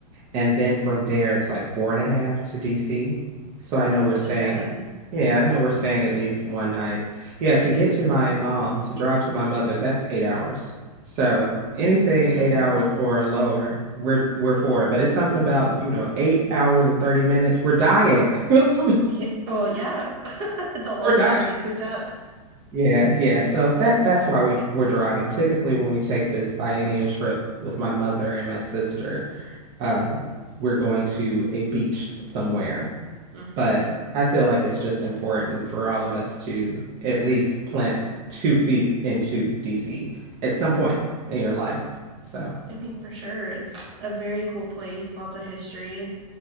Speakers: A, on the right; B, on the right.
A: And then from there, it's like four and a half to DC. So I
B: That's
A: know we're
B: not
A: staying.
B: too bad.
A: Yeah, I know we're staying at least one night. Yeah, to get to my mom, to drive to my mother, that's eight hours. So anything
B: Mm.
A: eight hours or lower, we're we're for it. But it's something about, you know, eight hours and 30 minutes. We're dying. <laughs>
B: Yeah, well, yeah. <laughs> It's a long
A: We're dying.
B: time to be cooped up.
A: Yeah, yeah. So that that's why we we're driving. Typically, when we take this biennial trip with my mother and my sister, um, we're going to a beach somewhere.
B: hmm
A: But I feel like it's just important for all of us to at least plant two feet into DC at some point in your life. So,
B: I mean, for sure. It's a very cool place, lots of history,